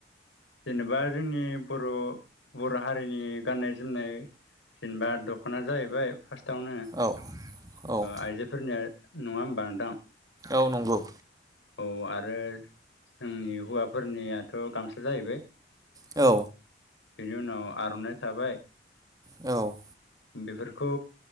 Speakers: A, on the left; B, on the right.
A: जेनेबा जोंनि बर'-बर' हारिनि गाननाय जोमनाय जेनेबा दख'ना जाहैबाय फास्रा टावनो
B: औ औ
A: आइजोफोरनिया नंआ होनबा नोंथां
B: औव नंगौ
A: औ आरो आरो जोंनि हौवाफोरनिया थ' गामसा जाहैबाय
B: औ
A: बेनि उनाव आर'नाइ थाबाय
B: औ
A: बेफोरखौ